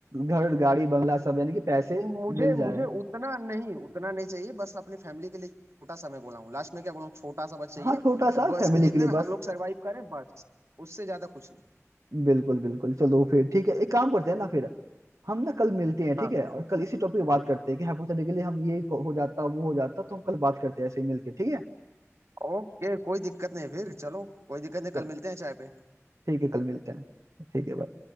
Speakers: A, on the right; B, on the right.
A: घर गाड़ी बंगला सब यानी कि पैसे
B: तो मुझे
A: मिल जाए
B: मुझे उतना नहीं उतना नहीं चाहिए बस अपनी फैमिली के लिए छोटा सा मैं बोला हूँ लास्ट में क्या बोला हूँ छोटा सा बस चाहिए
A: हाँ छोटा
B: और
A: सा
B: बस
A: फैमिली
B: कि जितने
A: के लिए
B: में
A: बस
B: हम लोग सरवाइव करें बस उससे ज्यादा कुछ नहीं
A: बिल्कुल बिल्कुल चलो फिर ठीक है एक काम करते हैं ना फिर हम ना कल मिलते हैं ठीक
B: हाँ
A: है और कल इसी टॉपिक पे बात करते हैं कि हाइपोथेटिकली हम ये हो जाता वो हो जाता तो हम कल बात करते हैं ऐसे ही मिलके ठीक है
B: ओके कोई दिक्कत नहीं फिर चलो कोई दिक्कत नहीं कल
A: चलो
B: मिलते हैं चाय पे
A: ठीक है कल मिलते हैं ठीक है